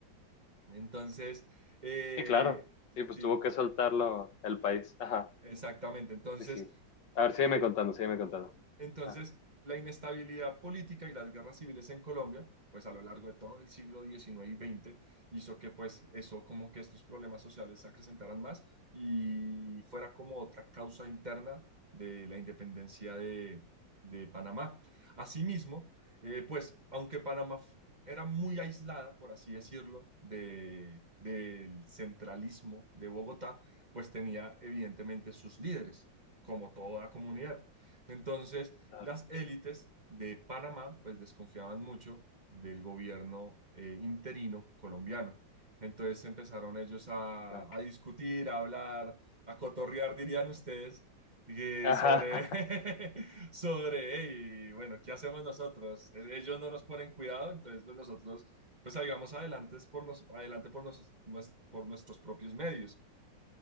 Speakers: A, on the right (about 25°); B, on the left (about 70°).
A: Entonces, eh,
B: Sí, claro. Sí, pues
A: sí,
B: tuvo que soltarlo el país. Ajá,
A: exactamente, entonces
B: sí, sí. A ver, sígueme
A: eh,
B: contando, sígueme contando.
A: Entonces,
B: Ah,
A: la inestabilidad política y las guerras civiles en Colombia, pues a lo largo de todo el siglo diecinueve y veinte hizo que pues eso, como que estos problemas sociales se acrecentaran más y fuera como otra causa interna de la independencia de, de Panamá. Asimismo, eh, pues aunque Panamá f- era muy aislada, por así decirlo, de, del centralismo de Bogotá, pues tenía evidentemente sus líderes, como toda comunidad. Entonces,
B: claro,
A: las élites de Panamá, pues desconfiaban mucho del gobierno eh, interino colombiano. Entonces empezaron ellos a,
B: claro.
A: a discutir, a hablar, a cotorrear, dirían ustedes, y
B: Ajá,
A: sobre, <laughs> sobre, "Hey, bueno, ¿qué hacemos nosotros? Eh, Ellos no nos ponen cuidado, entonces pues nosotros pues salgamos adelante por, nos, adelante por, nos- nues- por nuestros propios medios.